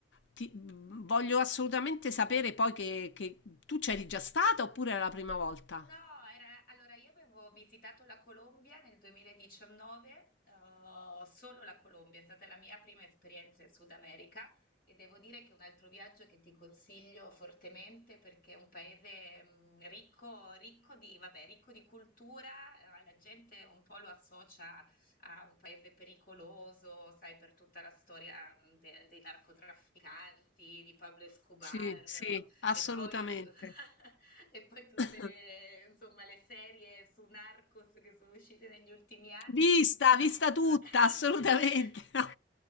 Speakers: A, on the left; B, on the left.
A: ti- voglio assolutamente sapere poi che, che tu c'eri già stata oppure era la prima volta?
B: No, era, allora io avevo visitato la Colombia nel 2019, eh, solo la Colombia, è stata la mia prima esperienza in Sud America e devo dire che è un altro viaggio che ti consiglio fortemente perché è un paese mm, ricco, ricco di, vabbè, ricco di cultura, eh, la gente un po' lo associa a un paese pericoloso, sai, per tutta la storia mm, de- dei narcotrafficanti, di Pablo Escobar.
A: Sì, sì, assolutamente.
B: E poi, tu- <laughs> e poi tutte
A: <coughs>
B: le, insomma, le serie su Narcos che sono uscite negli ultimi anni.
A: Vista,
B: rac-
A: vista tutta,
B: <laughs>
A: assolutamente. No.